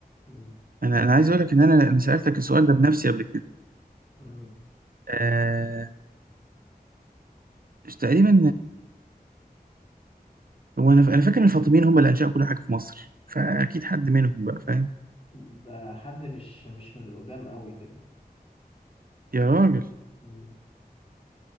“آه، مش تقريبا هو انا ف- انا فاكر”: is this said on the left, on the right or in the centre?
Right